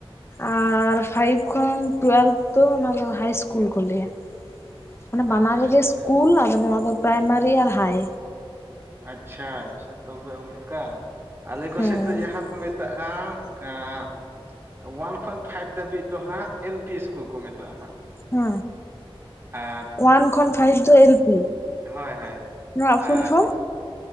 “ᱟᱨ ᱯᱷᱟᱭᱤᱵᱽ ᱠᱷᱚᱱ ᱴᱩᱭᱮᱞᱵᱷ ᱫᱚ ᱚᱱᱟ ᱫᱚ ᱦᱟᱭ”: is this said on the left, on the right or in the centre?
Left